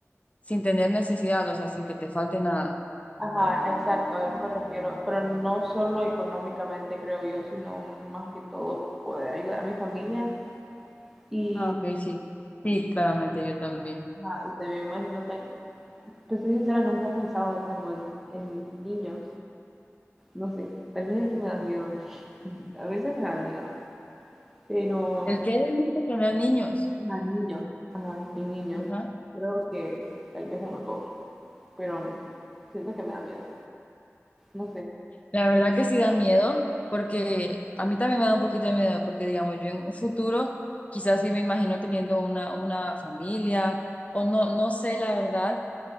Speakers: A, on the left; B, in the centre.
A: sin tener necesidad, o sea, sin que te falte nada.
B: Ajá, exacto, a eso me refiero. Pero no solo económicamente, creo yo, sino más que todo poder ayudar a mi familia y,
A: Ah, ok, sí. Sí,
B: y,
A: claramente yo también.
B: ajá, y también me imagino tal, Te soy sincera, nunca he pensado como en, en niños. No sé, tal vez es que me da miedo. <laughs> A veces me da miedo. Pero
A: El que es el de tener niños.
B: a niños, ajá, en niños,
A: Ajá.
B: creo que tal vez uno o dos. Pero siento que me da miedo. No sé.
A: La verdad que sí da miedo, porque a mí también me da un poquito de miedo, porque digamos, yo en un futuro quizás sí me imagino teniendo una, una familia, o no, no sé, la verdad,